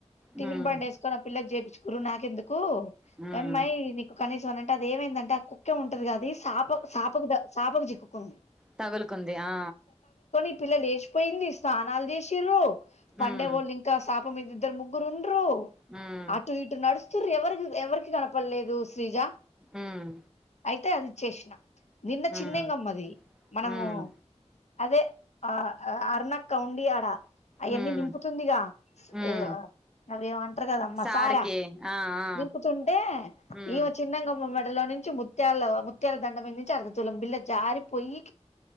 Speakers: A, on the left (about 70°); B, in the centre.
A: టిఫిన్
B: మ్మ్
A: బండి వేసుకొని ఆ పిల్లకి చేపిచుకురు నాకెందుకు
B: మ్మ్
A: వెమ్మాయ్ నీకు కనీసం నన్ టది ఏమైందంట కుక్కే ఉంటది కాదిస్ సాప సాపగ ద సాపకు చెక్ కుంది
B: తగులు కుంది ఆ
A: ఈ పిల్ల లేేసిపోయిందిస్ సానాల్ చేసిరు పండే
B: మ్మ్
A: బోలు ఇంకా సా మీదిద్దరు ముగ్గురున్ ట్రూ
B: మ్మ్
A: అటు ఇటు నడుస్ <unintelligible> ఎవరికి ఎవరికి కనపడలేదు శ్రీజ
B: మ్మ్
A: అయితే అది చేసిన నిన్న
B: మ్మ్
A: చిన్నింగమ్మది మనము
B: మ్మ్
A: అదే ఆ ఆ అర్న కౌండి యాడా అయన్నీ
B: మ్మ్
A: నింపుతుందిగా <unintelligible>
B: మ్మ్
A: అదేమంటరు కదమ్మా
B: సార్కి
A: సారా
B: ఆ ఆ
A: నింపుతుంటే
B: మ్మ్
A: ఈమ చిన్నగామ్ మూమెంట్ లో నుంచి ముత్యాల ముత్యాల దండ మీ నుంచి అర్ధతులం బిల్ల జారి పొయ్యి